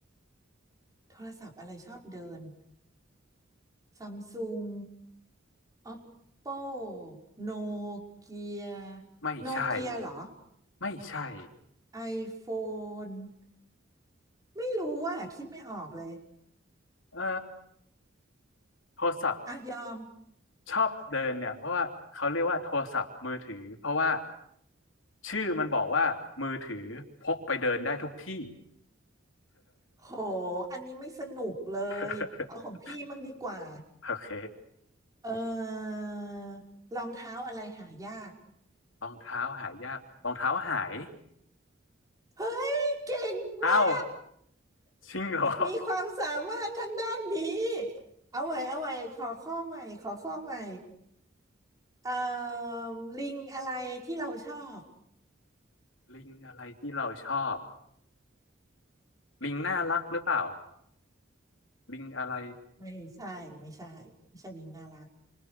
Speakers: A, on the right; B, on the left.
A: โทรศัพท์อะไรชอบเดินซัมซุง Oppo โนเกีย
B: ไม่ใช่
A: โนเกียเหรอ
B: ไม่ใช่
A: iPhone ไม่รู้ว่าคิดไม่ออกเลย
B: เออโทรศัพท์
A: อ่ะยอม
B: ชอบเดินเนี่ยเพราะว่าเขาเรียกว่าโทรศัพท์มือถือเพราะว่าชื่อมันบอกว่ามือถือพกไปเดินได้ทุกที่
A: โหอันนี้ไม่สนุกเลยเอาของพี่มั่งดีกว่า
B: <laughs> โอเค
A: เออรองเท้าอะไรหายาก
B: รองเท้าหายากรองเท้าหาย
A: เฮ้ยเก่งว่ะ
B: เอ้า จริงเหรอ
A: มีความสามารถทางด้านนี้เอาใหม่เอาใหม่ขอข้อใหม่ขอข้อใหม่เอ่อลิงอะไรที่เราชอบ
B: <laughs> ลิงอะไรที่เราชอบลิงน่ารักหรือเปล่าลิงอะไร
A: ไม่ใช่ ไม่ใช่ ไม่ใช่ลิงน่ารัก